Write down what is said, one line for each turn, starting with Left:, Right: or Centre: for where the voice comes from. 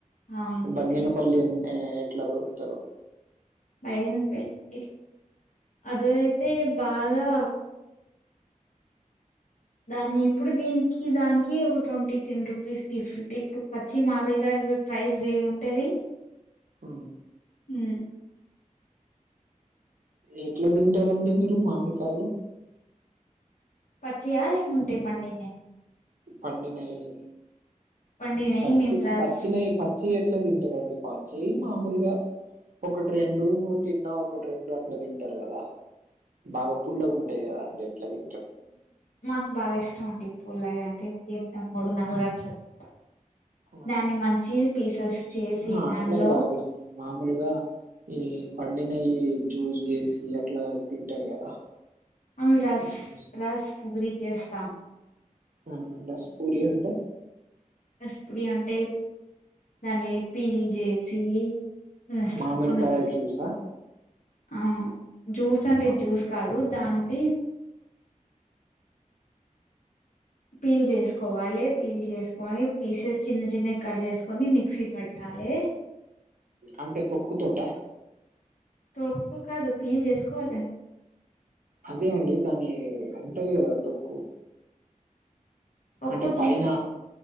Left: అవును. ఉంటాయి.
Right: బంగినపల్లి ఎం ఎట్ల దొరుకుతదో.
Left: బైగన్ పెళ్లి అదయితే బాగా దాన్ని ఇప్పుడు దీనికి దానికి ఒక ట్వంటీ టెన్ రూపీస్ డిఫరెట్ ఇప్పుడు పచ్చి మామిడికాయ చూడు ప్రైస్ వేరే ఉంటది.
Right: అ
Left: హ్
Right: ఎట్ల తింటరండి మీరు మామిడికాయలు?
Left: పచ్చియా లేకుంటే పండినయా?
Right: పండినయి
Left: పండినయి
Right: పచ్చి
Left: మేము రస్
Right: పచ్చినయి ప చ్చియి ఎట్ల తింటరండి పచ్చియి మామూలుగా ఒకటి రెండు తిన్నా ఒకటి రెండు అట్లా తింటరు కదా. బాగా పుల్లగా ఉంటయి కదా అండి ఎట్ల ఇవి.
Left: మాకు బాగా ఇష్టం అండి పుల్లగా. తి తింటాం మూడు నాలుగు అట్ల తింటం,
Right: ఆ!
Left: దాన్ని మంచి పీసెస్ చేసి
Right: అహా
Left: దాన్లో
Right: అట్లా కాదు ఇప్పుడు మామూలుగా ఈ పండినయి జ్యూస్ చేసి అట్లా తింటరు కదా.
Left: అవి రస్
Right: జ్యూస్
Left: రస్ పూరి చేస్తాం.
Right: ఆ రస్ పూరి అంట
Left: రసుపురి అంటె దానిలి పీల్ చేసి అస్ట్
Right: మామిడికాయ
Left: వంద పురి
Right: జ్యూసా
Left: ఆ జ్యూస్ అంటే
Right: మా
Left: జ్యూస్ కాదు దాంటి పీల్ జేసుకోవాలే, పీల్ జెసుకొని పీసెస్ చిన్న చిన్నయ్ కట్ చేసుకొని, మిక్సీ పెట్టాలె.
Right: అంటే తొక్కు తోట
Left: తొక్కు కాదు పీల్ చేసుకోవాల
Right: అదే అండి దాని ఉంటది కదా తొక్కు
Left: తొక్కు
Right: అంటే
Left: తీసి
Right: పైన